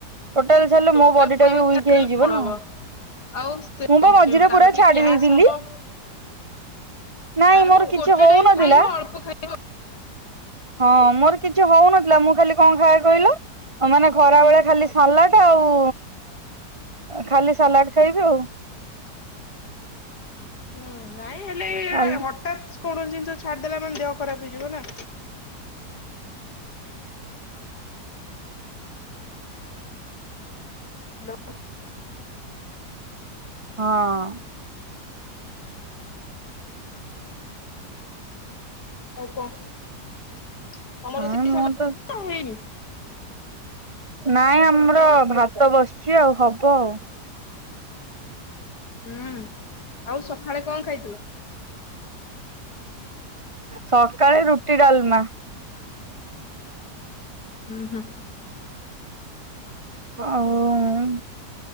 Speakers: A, on the right; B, on the left.
A: ଟୋଟାଲ ଛାଡିଲେ
B: ଟୋଟାଲ
A: ମୋ ବଡି
B: ଖାଇବା
A: ଟା ବି ୱିକ୍
B: ଛାଡିଦେଲେ
A: ହେଇଯିବନା।
B: କଣ ହବ। ଆଉ ସେ
A: ମୁଁ ପା ମଝିରେ
B: ତାପରେ
A: ପୁରା
B: ବି
A: ଛାଡି
B: ଗ୍ୟାସ୍
A: ଦେଇଥିଲି।
B: ହବ
A: ନାଇଁ ମୋର
B: ମ
A: କିଛି
B: ଗୋଟେ
A: ହଉନଥିଲା।
B: ଟାଇମ ଖାଇବ ଅଳ୍ପ ଖାଇ
A: ହଁ ମୋର କିଛି ହଉନଥିଲା ମୁଁ ଖାଲି କ ଖାଏ କହିଲ। ଅ ମାନେ ଖରାବେଳେ ଖାଲି ସାଲାଟ ଆଉଁ ଏ ଖାଲି ସାଲାଟ ଖାଇବି ଆଉ।
B: ଉଁ ନାଇଁ ହେଲେ ଏଇ ଗୁଡା
A: ଖାଲି
B: ହଠାତ କୌଣସି ଜିନିଷ ଛାଡିଦେଲା ମାନେ ଦେହ ଖରାପ ହେଇଯିବ ନା। ହାଲୋ।
A: ହଁ।
B: ଆଉ କ ତମର
A: ଆ
B: <unintelligible>
A: ମୁଁ
B: ନା
A: ତ
B: ହେଇନି।
A: ନାଇଁ ଆମର ଭାତ ବସିଚି ଆଉ ହବ ଆଉ।
B: ହୁଁ ଆଉ ସକାଳେ କଁ ଖାଇଥିଲ?
A: ସକାଳେ ରୁଟି, ଡାଲମା।
B: ଉଁ ହୁଁ।
A: ଆଉଁ।